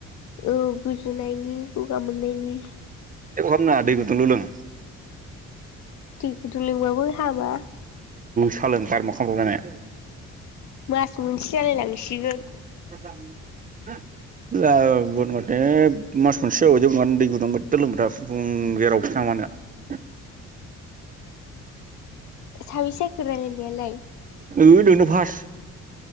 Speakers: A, on the left; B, on the right.
A: औ गुजुनायनि गगा मोननायनि।
B: <unintelligible> दै गुदुं ल' लों।
A: दै गुदुं लिंबाबो हामा।
B: सा लों गारमा खामलाबलायनानै।
A: मास मोनसे जालाय लांसिगोन।
B: <unintelligible>
A: साबैसे जाखो रायलायनायालाय
B: होय नोंनो फास